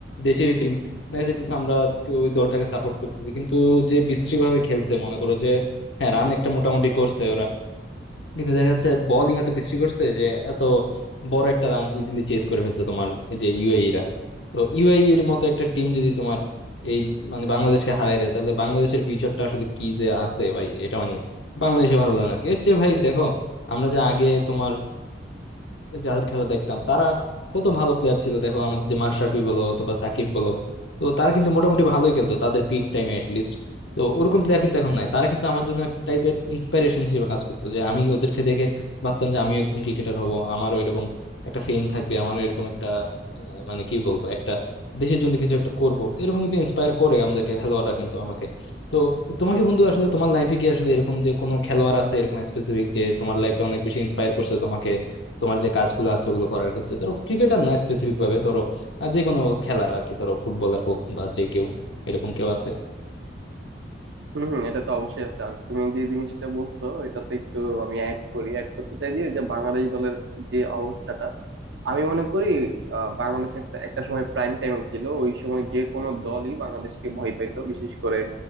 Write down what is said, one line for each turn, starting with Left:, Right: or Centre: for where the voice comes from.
Left: দেশেরই টিম দেখা যাইতেছে আমরা তো ওই দলটাকে সাপোর্ট করতেছি কিন্তু যে বিশ্রী ভাবে খেলছে মনে করো যে হ্যাঁ রান একটা মোটামুটি করছে ওরা কিন্তু দেখা যাচ্ছে বোলিং এত বিশ্রী করছে যে এত বড় একটা রান ইজিলি চেজ করে ফেলছে তোমার এই যে ইউএই রা তো ইউএই এর মতো একটা টিম যদি তোমার এই মানে বাংলাদেশকে হারাই দেয় তাহলে বাংলাদেশের ফিউচারটা আসলে কি যে আছে ভাই এটা মানে বাংলাদেশে ভালো জানার কি হচ্ছে ভাই দেখো আমরা যে আগে তোমার যাদের খেলা দেখতাম তারা কত ভালো প্লেয়ার ছিল দেখো আমাদের যে মাশরাফি বলো অথবা সাকিব বলো তো তারা কিন্তু মোটামুটি ভালোই খেলতো তাদের পিক টাইমে লিস্ট তো ওরকম প্লেয়ার কিন্তু এখন নাই তারা কিন্তু আমার জন্য এক টাইপের ইন্সপিরেশন হিসেবে কাজ করতো যে আমি ওদেরকে দেখে ভাবতাম যে আমিও একদিন ক্রিকেটার হব আমারও এরকম একটা ফেম থাকবে আমারও এরকম একটা আহ, মানে কি বলবো একটা দেশের জন্য কিছু একটা করবো তো এরকম কিন্তু ইন্সপায়ার করে আমাদেরকে খেলোয়াড়রা কিন্তু আমাকে তো তোমাকে বন্ধু আসলে তোমার লাইফে কি আসলে এরকম যে কোনো খেলোয়াড় আছে এরকম স্পেসিফিক যে তোমার লাইফে অনেক বেশি ইন্সপায়ার করছে তোমাকে তোমার যে কাজগুলো আছে ওগুলো করার ক্ষেত্রে ধরো ক্রিকেটার না স্পেসিফিক ভাবে ধরো আহ, যে কোনো খেলার আর কি ধরো ফুটবলার হোক বা যে কেউ এরকম কেউ আছে
Right: হম হম এটা তো অবশ্যই আছে আর তুমি যে জিনিসটা বলছো এটাতে একটু আমি অ্যাড করি অ্যাড করতে চাই যে যে বাংলাদেশ দলের যে অবস্থাটা আমি মনে করি আহ, বাংলাদেশে একটা একটা সময় প্রাইম টাইমে ছিল ওই সময় যে কোনো দলই বাংলাদেশকে ভয় পাইতো বিশেষ করে